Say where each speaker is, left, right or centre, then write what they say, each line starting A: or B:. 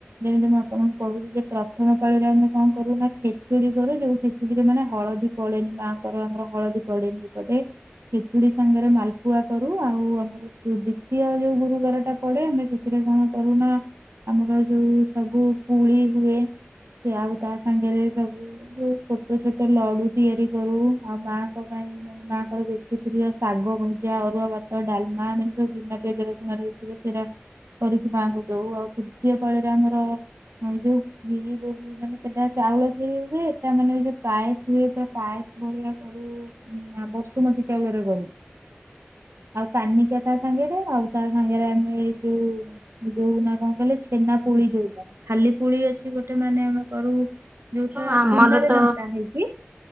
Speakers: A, on the right; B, on the right.
A: ଯେମିତି ମୁଁ ଆପଣଙ୍କୁ କହୁଛି ଯେ ପ୍ରଥମ ପାଳିରେ ଆମେ କଣ କରୁ ନା ଖେଚୁଡି କରୁ ଯୋଉ ଖେଚୁଡିରେ ମାନେ ହଳଦୀ ପଳେନି ମାଆଙ୍କର ଆମର ହଳଦୀ ପଡେନି ଏପଟେ। ଖେଚୁଡି ସାଙ୍ଗରେ ମାଲପୁଆ କରୁ ଆଉ ଆମର ଦ୍ଵିତୀୟ ଯୋଉ ଗୁରୁବାର ଟା ପଡେ ଆମେ ସେଥିରେ କଣ? କରୁନା ଆମର ଯୋଉ ସବୁ ପୁଳି ହୁଏ। ସେ ଆଉ ତା ସାଙ୍ଗରେ ସବୁ ଯୋଉ ଛୋଟ ଛୋଟ ଲଡୁ ତିଆରି କରୁ ଆଉ ମାଙ୍କ ପାଇଁ। ମାନେ ମାଆଙ୍କର ବେଶୀ ପ୍ରିୟ ଶାଗ ଭଜା ଅରୁଆ ଭାତ ଡାଲମା ମାନେ ସବୁ ବିନା ପିଆଜ ରସୁଣ ର ହେଇଥିବ ସେଇଟା। ମାଙ୍କୁ ଦଉ ଆଉ ତୃତୀୟ ପାଳରେ ଆମର ଯୋଉ ଗିରି ମାନେ ସେଟା ଚାଉଳ କି ହୁଏ ଏଟା ମାନେ ପାଏସ ହୁଏ ପାଏସ ଭଳିଆ କରୁ। ଁ ବସୁମତୀ ଚାଉଳରେ କରୁ। ଆଉ କାନିକା ତା ସାଙ୍ଗରେ ଆଉ ତା ସାଙ୍ଗରେ ଆମେ ଯୋଉ ଯୋଉ ନା କଣ କହିଲେ ଛେନା ପୋଳି ଯୋଉ ଖାଲି ପୁଳି ଅଛି ଗୋଟେ ମାନେ ଆମେ କରୁ। ଯୋଉଟା
B: ହଁ ଆମର
A: ଚୁନାରେ
B: ତ
A: ଜଙ୍କା ହେଇକି